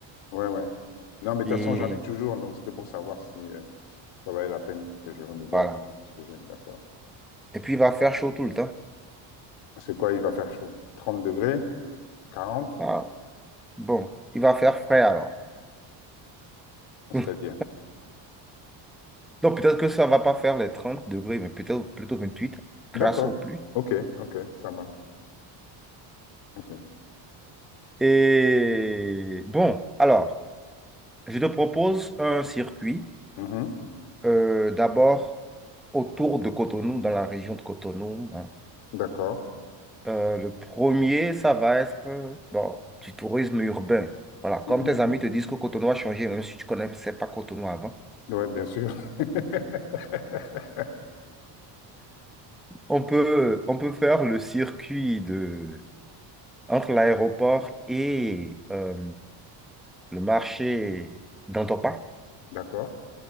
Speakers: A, on the left; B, in the centre.
A: Ouais, ouais. Non, mais de
B: Et
A: toute façon, j'en ai toujours, donc c'était pour savoir si euh, ça valait la peine que je renouvelle
B: voilà.
A: euh, ce que j'ai. D'accord.
B: Et puis, il va faire chaud tout le temps.
A: C'est quoi, il va faire chaud? Trente degrés? quarante.
B: Ah, bon, il va faire frais alors.
A: C'est-à-dire.
B: <laughs> Donc, peut-être que ça va pas faire les 30 degrés, mais peut-être plutôt vingt-huit
A: D'accord.
B: grâce aux pluies.
A: Ok, ok, ça marche. Ok.
B: Et bon, alors, je te propose un circuit.
A: Mhm.
B: euh, d'abord, autour de Cotonou, dans la région de Cotonou. hein.
A: D'accord.
B: Euh, le premier, ça va être euh, bon, du tourisme urbain. Voilà, comme
A: Mhm.
B: tes amis te disent que Cotonou a changé, même si tu ne connaissais pas Cotonou avant,
A: Ouais, bien sûr. <laughs>
B: on peut, on peut faire le circuit de, entre l'aéroport et euh, le marché d'Antopa,
A: D'accord,